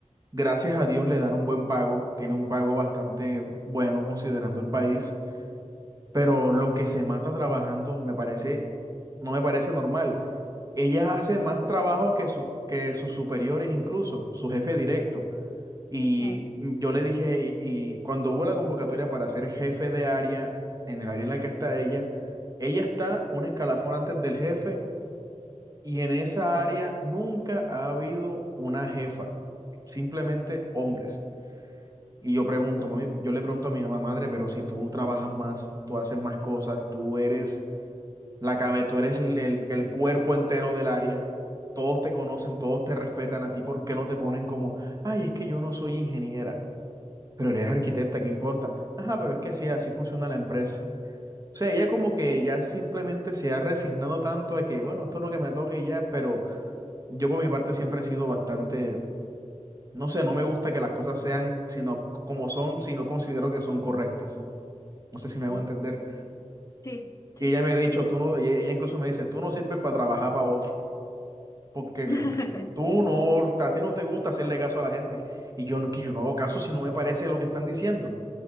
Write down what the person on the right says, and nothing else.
Gracias a Dios le dan un buen pago, tiene un pago bastante bueno considerando el país, pero lo que se mata trabajando me parece, no me parece normal. Ella hace más trabajo que sus, que sus superiores incluso, su jefe directo. Y
yo le dije, y, y cuando hubo la convocatoria para ser jefe de área en el área en la que está ella, ella está un escalafón antes del jefe y en esa área nunca ha habido una jefa, simplemente hombres. Y yo pregunto,
mami, yo le pregunto a mi mamá, madre, pero si tú trabajas más, tú haces más cosas, tú eres la cabeza, tú eres el, el- el cuerpo entero del área, todos te conocen, todos te respetan a ti, ¿por qué no te ponen como, ay, es que yo no soy ingeniera, pero eres arquitecta, ¿qué importa? Ajá, pero es que sí, así funciona la empresa. O sea, ella como que ya simplemente se ha resignado tanto a que, bueno, esto es lo que me toca y ya, pero yo por mi parte siempre he sido bastante, no sé, no me gusta que las cosas sean sino como son, sino considero que son correctas. No sé si me
hago entender.
Y ella me ha dicho, tú no, y ella incluso me dice, tú no sirves para trabajar para otro, porque
tú no, a ti no te gusta hacerle caso a la gente. Y yo no, que yo no hago caso si no me parece lo que están diciendo.